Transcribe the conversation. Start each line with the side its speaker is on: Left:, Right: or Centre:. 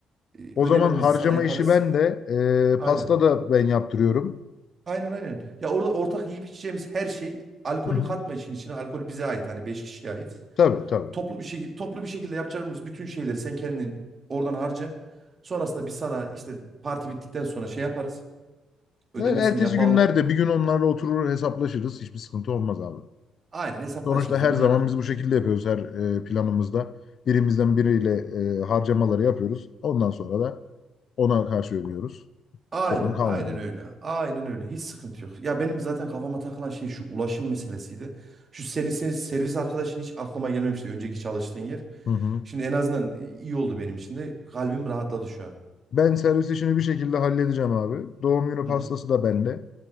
Right: Ee,
Left: O
Right: Ödememizi
Left: zaman harcama
Right: sana yaparız.
Left: işi ben de
Right: Aynen.
Left: ee, pasta da ben yaptırıyorum.
Right: Aynen aynen. Ya orada ortak yiyip içeceğimiz her şey alkolü
Left: Hı hı.
Right: katma işin içine. Alkol bize ait hani 5 kişiye ait.
Left: Tabii tabii.
Right: Toplu bir şekilde toplu bir şekilde yapacağımız bütün şeyleri sen kendin oradan harca. Sonrasında biz sana işte parti bittikten sonra şey yaparız. Ödemesini
Left: Ya ertesi
Right: yapalım.
Left: günlerde bir gün onlarla oturur hesaplaşırız. Hiçbir sıkıntı olmaz abi.
Right: Aynen hesaplaşırız.
Left: Sonuçta her
Right: Onunla
Left: zaman
Right: yana
Left: biz bu şekilde yapıyoruz her ee, planımızda. Birimizden biriyle ee, harcamaları yapıyoruz. Ondan sonra da ona karşı ödüyoruz.
Right: Aynen,
Left: Sorun kalmıyor.
Right: aynen öyle. Aynen öyle. Hiç sıkıntı yok. Ya benim zaten kafama takılan şey şu ulaşım meselesiydi. Şu senin, senin servis arkadaşın hiç aklıma gelmemişti önceki çalıştığın yer.
Left: Hı hı.
Right: Şimdi en azından e, iyi oldu benim için de. Kalbim rahatladı şu an.
Left: Ben servis işini bir şekilde halledeceğim abi. Doğum günü pastası
Right: Hı hı,
Left: da bende.